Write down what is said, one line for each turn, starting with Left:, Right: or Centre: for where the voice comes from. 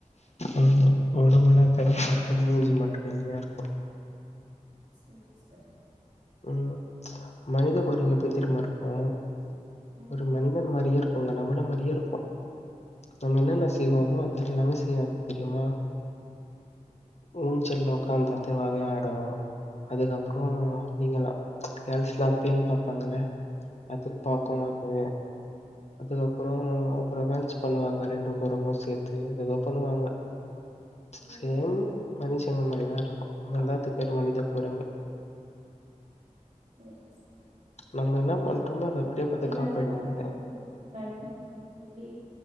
Left: உகும் உடம்புலா கருப்பாருக்கு மூஞ்சு மட்டு வெள்ளயா இருக்கு
Right: செரி சார்
Left: ம் மனித கொரங்கு எப்டி தெரியும்மா இருக்கு
Right: ம்
Left: ஒரு மனிதன் மாரியே இருக்கு உங்க நம்மன மாரியே இருக்கு நம்ம என்னென்ன செய்வோமோ அது எல்லாமே செய்யு தெரியுமா ஊஞ்சல்ல உ்ட்காந்து அதுவாவே ஆடு அதுக்கப்புறோ நீங்களா கேர்ள்ஸ் எல்லா பேண் பாப்பாங்கல்ல அது பாக்கு
Right: ம்
Left: அது அதுக்கப்புறோ ரொமான்ஸ் பண்ணுவாங்க ரெண்டு கொரங்கு சேத்து ஏதோ பண்ணுவாங்க
Right: ம்
Left: சேம் மனுஷங்க மாரிதா இருக்கு நல்லாத்துக்கு பேரு மனித கொரங்கு
Right: சேரி சேரி
Left: நம்ம என்ன பண்றோமோ அத அப்படியே பாத்து
Right: நீங்க
Left: காப்பி
Right: <unintelligible>
Left: அடிக்கும் அத.
Right: ஏங்க புலி